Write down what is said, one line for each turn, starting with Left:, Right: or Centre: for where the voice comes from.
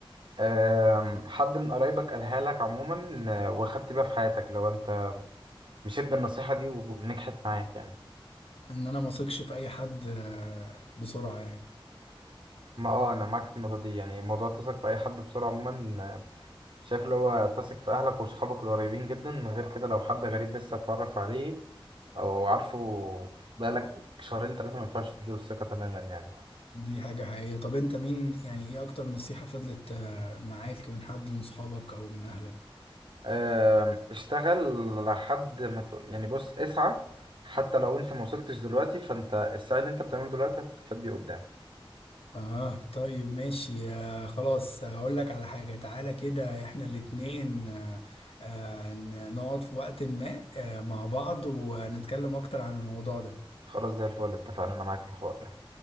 Right: آم، حد من قرايبك قالها لك عموما آه، واخدت بيها في حياتك لو انت مشيت بالنصيحه دي ونجحت معاك يعني
Left: ان انا ما اثقش في اي حد آه، بسرعة يعني
Right: ما اه انا معاك في النقطه دي يعني موضوع تثق في اي حد بسرعه عموما آه، شايف اللي هو تثق في اهلك وصحابك القريبين جدا من غير كده لو حد غريب لسه اتعرف عليه او عارفه بقالك شهرين ثلاثه ما ينفعش تديله الثقه تماما يعني
Left: دي حاجة حقيقية طب انت مين يعني ايه اكتر نصيحة فضلت آه، معاك من حد من صحابك او من اهلك
Right: آم، اشتغل لحد ما ت- يعني بص اسعى حتى لو انت ما وصلتش دلوقتي فانت السعي اللي انت بتعمله دلوقتي هتستفاد بيه قدام
Left: اه طيب ماشي آه خلاص هقول لك على حاجة تعالى كده احنا الاتنين آه آه، نقعد في وقت ما آه مع بعض ونتكلم اكتر عن الموضوع ده
Right: فخلاص زي الفل اتفقنا انا معاك في الحوار ده